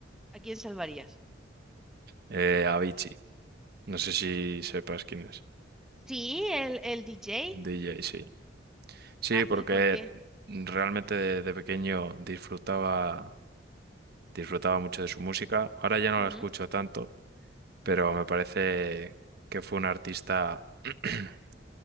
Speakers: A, in the centre; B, on the right (about 55°).
A: ¿a quién salvarías?
B: Eh, Avicii, no sé si sepas quién es.
A: Sí, el, el DJ.
B: D J sí. Sí,
A: Ah,
B: porque
A: ¿y por qué?
B: realmente de, de pequeño disfrutaba, disfrutaba mucho de su música. Ahora ya no
A: Ujú,
B: la escucho tanto, pero me parece que fue un artista <clears throat>